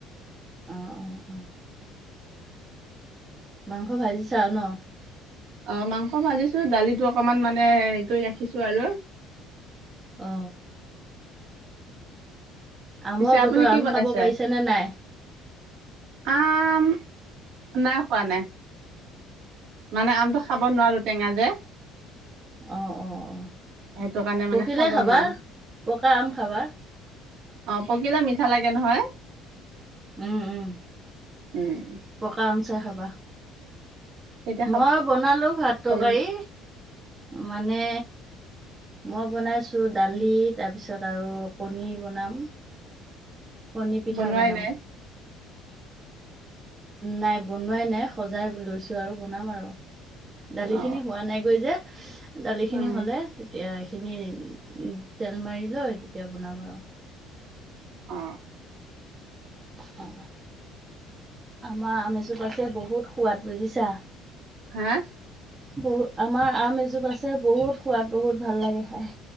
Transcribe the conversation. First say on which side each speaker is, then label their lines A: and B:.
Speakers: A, on the right; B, on the right.
A: অ' মাংস ভাজিচা আৰু ন?
B: অ মাংস ভাজিছো দালিটো অকনমান মানে হেৰি কৰি ৰাখিছো আৰু।
A: অ আমৰ
B: পিছে
A: বতৰ
B: আপুনি কি
A: আম
B: বনাইছে
A: খাব পাৰিছা নে নাই?
B: আম, নাই খোৱা নাই। মানে আমটো খাব নোৱাৰো টেঙা যে।
A: অ অ অ
B: সেইটো কাৰণে
A: পকিলে
B: মানে খাব
A: খাবা,
B: নোৱাৰো
A: পকা আম খাবা।
B: অ' পকিলে মিঠা লাগে নহয়?
A: উম, উম,
B: উম
A: পকা আম চাই খাবা
B: তেতিয়া খাব
A: মই বনালো ভাত তৰকাৰী,
B: লাগিব
A: মানে মই বনাইছো দালি তাৰপিছত আৰু কণী বনাম।
B: <inaudible>
A: কণীৰ পিঠা
B: বনোৱাই
A: বনাম।
B: নাই
A: নাই বনোৱাই নাই সজাই লৈছো আৰু বনাম আৰু দালিখিনি
B: অ
A: হোৱা নাই গৈ যে, দালি খিনি
B: উম
A: হ'লে তেতিয়া এইখিনি তেল মাৰি লৈ তেতিয়া বনাম আৰু।
B: অ
A: অ আমাৰ আমজোপা যে বহুত সোৱাদ বুজিছা।
B: হা
A: বহু, আমাৰ আম এজোপ আছে বহুত, সোৱাদ বহুত ভাল লাগে খাই।